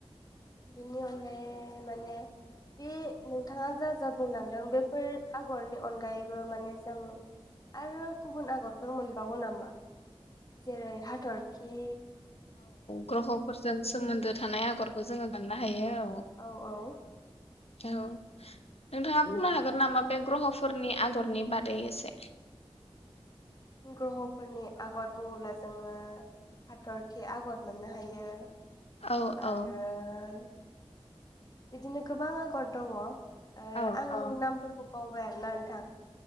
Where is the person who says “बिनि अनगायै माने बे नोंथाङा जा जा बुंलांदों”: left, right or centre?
Left